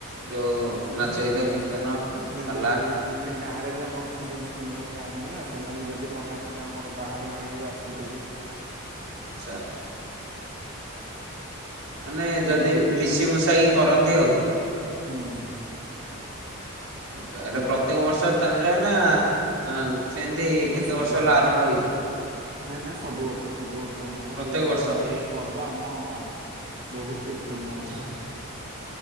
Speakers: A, on the right (about 90°); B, on the right (about 45°).
A: ଯୋଉ ନାଚ
B: ହୁଁ
A: ଗୀତ କୀର୍ତ୍ତନ
B: ମାନେ
A: ପାଲା
B: ଯଦି ମାନେ ଗାଁରେ ବି ଆମେ ଅଛନ୍ତି ଦି ତିନି ଜଣ ଗାଁ ନା ସେମାନେ ଯଦି ମନା କଲେ ଆମର ବାହାର ଗାଁ ରୁ ଆସନ୍ତି ବି।
A: ଆଛା। ମାନେ ଯଦି
B: ଆଉ
A: ମିଶି ମୁଶାକି କରନ୍ତି ଆଉ।
B: ହୁଁ।
A: ଆଛା ଏଟା ପ୍ରତ୍ୟେକ ବର୍ଷ ଚାଲି ରହେ ନା ହଁ ସେମିତି
B: ନା
A: କେତେ
B: ସବୁ
A: ବର୍ଷ ହେଲା ଆରମ୍ଭ ହେଇଛି।
B: ନା ନା ସବୁ ବର୍ଷ ସବୁ ବର୍ଷ ଆମର
A: ପ୍ରତ୍ୟେକ
B: ଇଏ
A: ବର୍ଷ?
B: ମାନେ ଏ ପର୍ବ ଆମ ବହୁତ ପୁରୁଣା
A: ହ